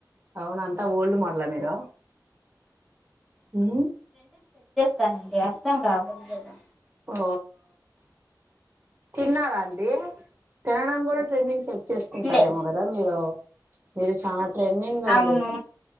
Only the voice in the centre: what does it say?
వస్తానండి అర్థం కాబోడంలేదా
లే
అవును